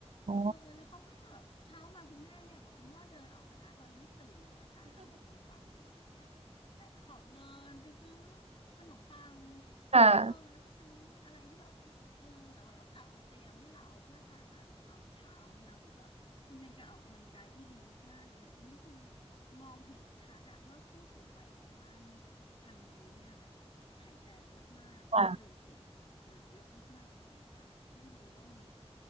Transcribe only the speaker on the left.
เออแล้วเขาก็จะแบบเช้ามาคุณแม่เนี่ยกับคุณพ่อเดินออกไปแล้วเรายังไม่ตื่นเลยเอาตายละหกโมงกว่าไปไหนกันเนี่ย ถ้าออกเดินไปซื้อขนมปัง
เออแล้วก็ซื้ออะไรที่แบบเออแล้วว่าแล้วกลับมาเตรียมให้เราเพื่อทานตอนเช้าเนี่ยโหแบบมันเป็นการออกกำลังกายที่ดีมากๆเลยนะอันนี้คือมองเห็นชัดอะว่าผู้สูงวัยของบ้านทางนู้นเนี่ยแบบแข็งแรงมากๆเพราะว่าเดินเก่งเดินเยอะมากๆเลยค่ะไม่รู้ว่ามี